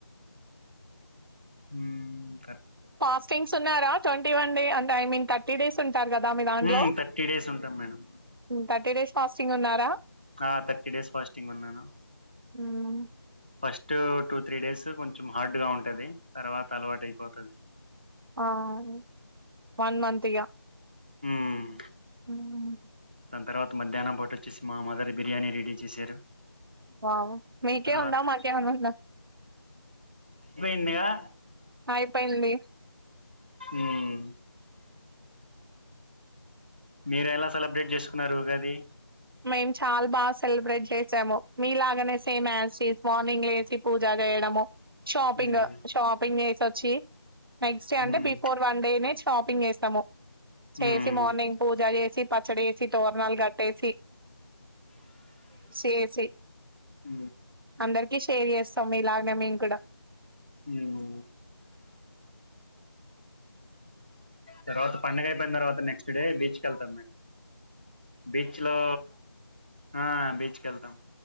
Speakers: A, on the right; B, on the right.
A: మ్మ్
B: పాస్టింగ్స్ ఉన్నారా ట్వంటీ వన్ డే అన్ టైమింగ్ థర్టీ డేస్ ఉంటారు కదా ఆ మీ దాంట్లో
A: ఉమ్, థర్టీ డేస్ ఉంటాం మేడం
B: మ్మ్ థర్టీ డేస్ ఫాస్టింగ్ ఉన్నారా
A: ఆ థర్టీ డేస్ ఫాస్టింగ్ ఉన్నాను
B: మ్మ్.
A: ఫస్ట్ టూ త్రీ డేస్ కొంచెం హార్డ్ గా ఉంటది తర్వాత అలవాటు అయిపోతది
B: ఆ అవును వన్ మంత్ ఇగ
A: మ్మ్
B: మ్మ్
A: దాని తర్వాత మధ్యాహ్నం పాటు వచ్చేసి మా మదర్ బిర్యానీ రెడీ చేశారు
B: వా మీక
A: తర్వాత
B: ఉన్నా మాక్ ఏం అయినా ఉందా
A: ఉన్నాయా
B: అయిపోయింది
A: ఉమ్ మీర ఎలా సెలబ్రేట్ చేసుకున్నారు ఉగాది
B: మేము చాలా బాగా సెలబ్రేట్ చేసాము మీ లాగనే సేమ్ యాస్టీస్ మార్నింగ్ వేసి పూజా చేయడము షాపింగ్
A: ఉమ్
B: షాపింగ్ చేసి వచ్చి నెక్స్ట్ డే అంటే
A: ఉమ్
B: బిఫోర్ వన్ డే న షాపింగ్ చేస్తాము చేసి
A: ఉమ్
B: మార్నింగ్ పూజ చేసి పచ్చడి వేసి తోరణాలు కట్టేసి స్వీట్ వేసి
A: ఉమ్
B: అందరికి షేర్ చేస్తాము ఇలాగ మ మం కూడా
A: మ్మ్ తరువాత పండుగ అయి తర్వాత నెక్స్ట్ డే బీచ్ చ్ కి వెళ్తాం మే బీచ్ లో ఆ బీచ్కి వెళ్తాం